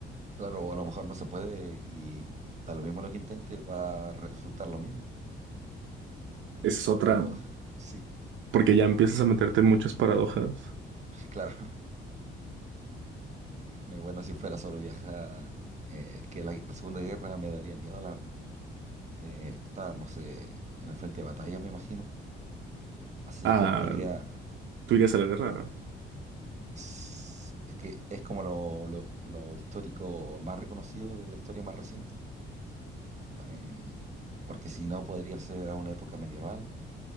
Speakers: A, on the right; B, on the right.
A: claro, o a lo mejor no se puede y da lo mismo lo que intente, va a resultar lo mismo.
B: Esa es
A: O,
B: otra,
A: o lo, <laughs> sí,
B: porque ya empiezas a meterte en muchas paradojas.
A: claro. Eh, bueno, si fuera solo viajar, eh, es que la, la Segunda Guerra me daría miedo, la verdad. Eh, estar, no sé, en el frente de batalla, me imagino. Así
B: Ah,
A: que podría...
B: tú
A: mm,
B: irías a la guerra, ¿no?
A: Es, es que es como lo, lo- lo histórico más reconocido de la historia más reciente. Eh, porque si no, podría ser a una época medieval,